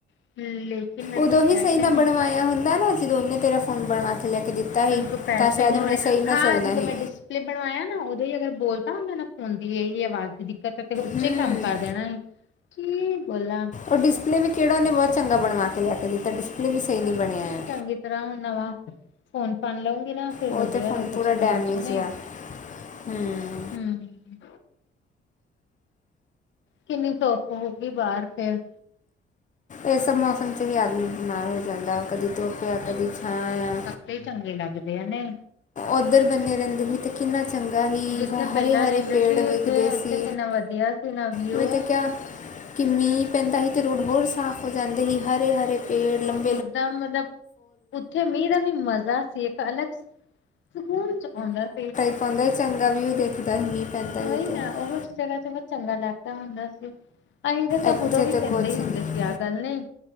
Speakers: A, on the left (about 70°); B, on the left (about 40°).
A: <unintelligible>
B: ਉਦੋਂ ਹੀ
A: ਪੈਸੇ
B: ਸਹੀ ਨਾਲ
A: ਨਹੀਂ
B: ਬਣਵਾਇਆ ਹੁੰਦਾ ਨਾ ਜ ਉਹਨੇ ਤੇਰਾ ਫੋਨ ਬਣਵਾ ਕੇ ਲੈ ਕੇ ਦਿੱਤਾ ਸੀ
A: ਮੇਰੇ ਕੋਲ ਪੈਸੇ
B: ਤਾਂ ਸ਼ਾਇਦ
A: ਨਹੀਂ
B: ਹੁਣੇ
A: ਹੋ ਰਹੇ
B: ਸਹੀ ਨਾ
A: ਹਾਂ
B: ਚੱਲਣਾ
A: ਜਦੋਂ
B: ਸੀ
A: ਮੈਂ ਡਿਸਪਲੇ ਬਣਵਾਇਆ ਨਾ ਉਦੋਂ ਹੀ ਅਗਰ ਬੋਲ ਤਾਂ ਉਹਦੇ ਨਾ ਫਦੀ ਇਹੀ ਆਵਾਜ਼ ਦੀ ਦਿੱਕਤ ਹੈ ਤੇ ਉੱਚੇ
B: ਹੂੰ
A: ਕੰਮ ਕਰ ਦੇਣਾ ਸੀ ਕੀ ਬੋਲ
B: ਉਹ ਡਿਸਪਲੇ ਵੀ ਕਿਹੜਾ ਉਹਨੇ ਬਹੁਤ ਚੰਗਾ ਬਣਵਾ ਕੇ ਲਿਆ ਕੇ ਦਿੱਤਾ ਡਿਸਪਲੇ ਵੀ ਸਹੀ ਨਹੀਂ ਬਣਿਆ ਹੈ
A: ਗੀ ਤਰ੍ਹਾਂ ਹੁਣ ਨਵਾਂ ਫੋਨ ਫਣ ਲਊਂਗੀ ਨਾ ਫਿਰ
B: ਉਹ
A: ਵਧੀਆ
B: ਤੇ ਫ਼ੋਨ
A: ਰੋਗਾ
B: ਪੂਰਾ
A: ਚਲਾਉਣ
B: ਡੈਮੇਜ
A: ਚ ਨੇ
B: ਆ ਹੂੰ
A: ਹਮ ਕਿੰਨੀ ਧੁੱਪ ਹੋਗੀ ਬਾਹਰ ਫਿਰ
B: ਇਹ ਸਭ ਮੌਸਮ ਚ ਵੀ ਆਦਮੀ ਬਿਮਾਰ ਹੋ ਜਾਂਦਾ ਵਾ ਕਦੀ ਧੁੱਪ ਆ ਕਦੀ ਛਾਂ ਆ
A: ਤੇ ਚੰਗੇ ਲੱਗਦੇ ਆ ਨੇ
B: ਉੱਧਰ ਬੰਨੇ ਰਹਿੰਦੇ ਸੀ ਤੇ ਕਿੰਨਾ ਚੰਗਾ ਸੀ
A: ਜਿੱਥੇ ਪਹਿਲਾਂ
B: ਹਰੇ ਹਰੇ
A: ਰਹਿੰਦੇ
B: ਪੇੜ
A: ਸੀ
B: ਵਿਖਦੇ
A: ਉੱਥੇ-ਉੱਥੇ
B: ਸੀ
A: ਕਿੰਨਾ ਵਧੀਆ ਸੀ ਨਾ ਵਿਊ।
B: ਉਹਨੇ ਤੇ ਕਿਹਾ ਕਿ ਮੀਂਹ ਪੈਂਦਾ ਸੀ ਤੇ ਰੋਡ ਹੋਰ ਸਾਫ਼ ਹੋ ਜਾਂਦੇ ਸੀ ਹਰੇ ਹਰੇ ਪੇੜ ਲੰਬ
A: ਇਕਦਮ ਮਤਲਬ ਉੱਥੇ ਮੀਂ ਦਾ ਵੀ ਮਜ਼ਾ ਸੀ ਇੱਕ ਅਲੱਗ ਸਕੂਨ ਚ ਆਉਂਦਾ ਸੀ
B: ਉਹਨੇ ਵੀ ਚੰਗਾ ਵਿਊ ਦੇਖਦਾ ਸੀ ਪੈਂਦਾ
A: ਉਹੀ
B: ਸੀ ਤੇ
A: ਨਾ ਉਹ ਜਗਾ ਤੇ ਬ ਚੰਗਾ ਲੱਗਦਾ ਹੁੰਦਾ ਸੀ। ਅਸੀਂ ਤਾਂ ਸਭ
B: ਇੱਥੇ
A: ਉਦੋਂ ਵੀ
B: ਤੇ
A: ਕਹਿੰਦੇ
B: ਕੁਛ
A: ਹੀ ਹੁੰਦੇ
B: ਨਹੀਂ
A: ਸੀ ਆਹ ਗੱਲ ਨਹੀਂ